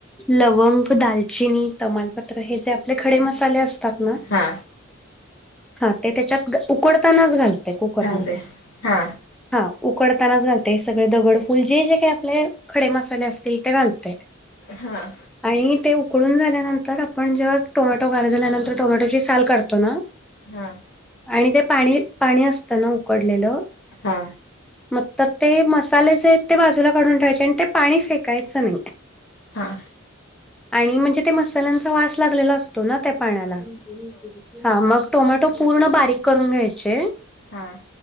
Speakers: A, in the centre; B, on the left.
A: लवंग, दालचिनी, तमालपत्र हे जे आपले खडे मसाले असतात ना
B: हा
A: हा. ते त्याच्यात उकडतानाच घालते कुकरमध्ये.
B: घाल दे हा
A: हा. उकडतानाच घालते सगळे दगडफूल जे जे काय आपले खडे मसाले असतील ते घालतेय.
B: हां.
A: आणि ते उकडून झाल्यानंतर आपण जेव्हा टोमॅटो गार झाल्यानंतर टोमॅटोची साल काढतो ना
B: हां.
A: आणि ते पाणी पाणी असतना उकडलेलं.
B: हा.
A: मग तर ते मसाले जे आहेत ते बाजूला काढून ठेवायचे आणि ते पाणी फेकायचं नाही.
B: हां.
A: आणि म्हणजे ते मसाल्यांचा वास लागलेला असतो ना त्या पाण्याला. हा मग टोमॅटो पूर्ण बारीक करून घ्यायचे.
B: हां.